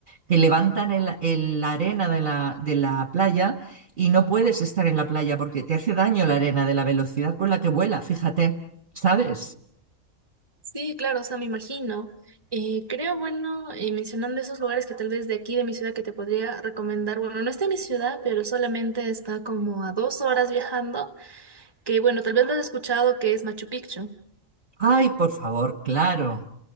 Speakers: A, on the right; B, on the right.
A: que levantan el, el- la arena de la, de la playa y no puedes estar en la playa porque te hace daño la arena de la velocidad con la que vuela, fíjate, ¿sabes?
B: Sí, claro, o sea, me imagino. Eh, creo, bueno, eh, mencionando esos lugares que tal vez de aquí, de mi ciudad, que te podría recomendar, bueno, no está en mi ciudad, pero solamente está como a dos horas viajando, que bueno, tal vez lo has escuchado que es Machu Picchu.
A: Ay, por favor, claro.